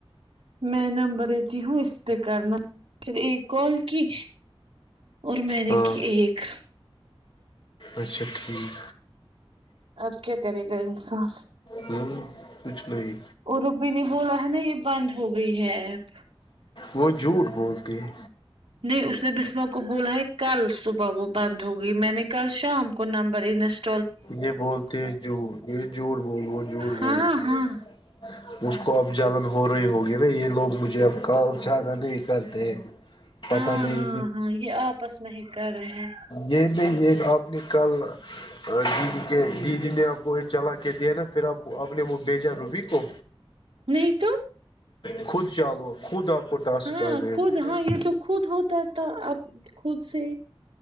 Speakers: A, on the right; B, on the left.
A: میں نمبر دیتی ہوں اس پہ کرنا پھر ایک کال کی اور میں نے
B: ہاں
A: کی ایک
B: اچھا ٹھیک
A: اب کیا کرے گا انسان
B: ہاں کچھ نہیں
A: اررو بی نے بولا ہے نا یہ بند ہو گئی ہے ایپ
B: وہ جھوٹ بولتی ہے
A: نہیں اس نے بسما کو بولا ہے کل صبح وہ بند ہوگئی میں نے کل شام کو نمبر انسٹ
B: یہ بولتے جھوڑ یہ جھوڑ بول وہ جھوڑ
A: ہاں
B: بولتے
A: ہاں
B: ہیں اس کو اب جالن ہو رہی ہوگی نا یہ لوگ مجھے اب کال زیادہ نہیں کرتے
A: <inaudible>
B: پتا نہیں
A: ہاں ہاں یہ آپس میں ہی کر رہے ہیں
B: یہ میں یہ آپ نے کل دیدی کے دیدی نے آپ کو یہ چلا کے دیا نا پھر آپ آپ نے وہ بھیجا روبی کو
A: نہیں تو
B: خود چالو خود آپ کو ٹاسک
A: ہاں
B: آجائے
A: خود
B: گا
A: ہاں یہ تو خود ہوتا ہے تو آپ خود سے